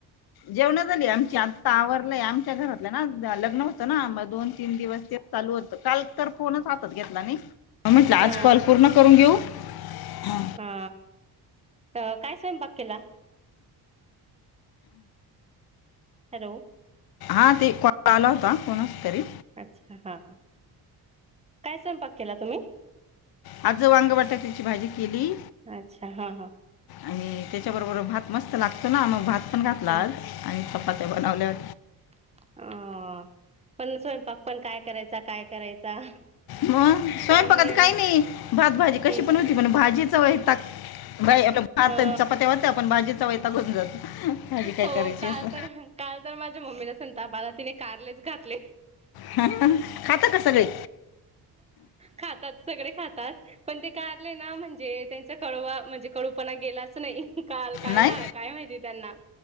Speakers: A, on the left; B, on the right.
A: जेवण झाली आमची आता आवरलाय आमच्या घरातलं ना लग्न होतं ना दोन तीन दिवस ते चालू होत काल तर फोनच हातात घेतला नाही. म म्हटलं आज
B: हा
A: कॉल पूर्ण करून घेऊ हा.
B: हा त काय स्वयंपाक केला. हॅलो.
A: आ ते कॉल आला होता कोणच तरी.
B: अच्छा हा हा काय स्वयंपाक केला तुम्ही?
A: आजं वांग बटाक्याची भाजी केली
B: अच्छा हा हा.
A: आणि त्याच्याबरोबर भात मस्त लागतो ना मग भात ण घातलात
B: ह
A: आणि चपात्या बनवल्यात
B: ह पण स्वयंपाक पण काय करायचा काय करायचा
A: मग स्वयंपाकाचं
B: त्यामुळे
A: काही
B: मग
A: नाही भात भाजी कशी
B: हम्म
A: पण म्हण भाजीचा वयता आप भात
B: हा
A: चपात्यावरत आपण भाजीचा वहता घऊन जातो भाजी काय
B: हो
A: करायची
B: काल
A: असं
B: तर काल तर माझ्या मम्मीला संतापाला तिने कारलेच घातले
A: हा पण खाता का सगळे
B: खातात सगळे खातात पण ते कारले ना म्हणजे त्यांचा कडवा म्हणजे कडूपणा गेलाच नाही काल काय
A: नाही
B: झालं काय माहिती त्यांना